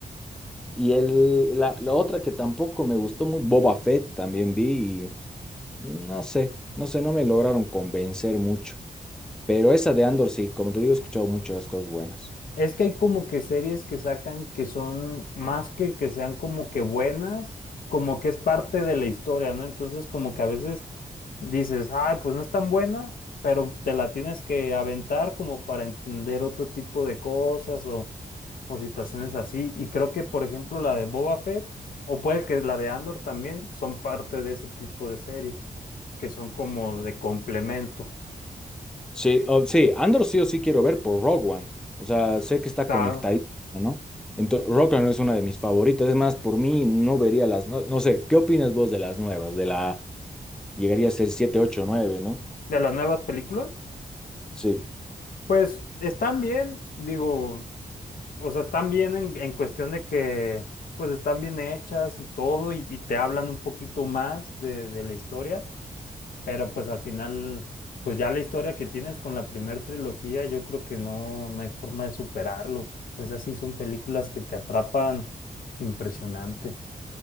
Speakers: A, in the centre; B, on the left (about 75°).
A: Y el, la, la otra que tampoco me gustó mucho, Boba Fett también vi y no sé, no sé, no me lograron convencer mucho. Pero esa de Andor sí, como te digo, he escuchado muchas cosas buenas.
B: Es que hay como que series que sacan que son más que que sean como que buenas, como que es parte de la historia, ¿no? Entonces como que a veces dices, ay, pues no es tan buena, pero te la tienes que aventar como para entender otro tipo de cosas o o situaciones así. Y creo que, por ejemplo, la de Boba Fett, o puede que la de Andor también, son parte de ese tipo de series, que son como de complemento.
A: Sí, o- sí, Andor sí o sí quiero ver por Rogue One. O sea, sé que está
B: Claro,
A: conectadísimo, ¿no? Entonces, Rogue One es una de mis favoritas. Es más, por mí no vería las nue- No sé, ¿qué opinas vos de las nuevas? De la. Llegaría a ser siete, ocho, nueve, ¿no?
B: de las nuevas películas,
A: Sí,
B: pues están bien, digo, o sea, están bien en, en cuestión de que, pues están bien hechas y todo, y, y te hablan un poquito más de, de la historia. Pero pues al final, pues ya la historia que tienes con la primera trilogía, yo creo que no, no hay forma de superarlo. Esas sí son películas que te atrapan impresionante.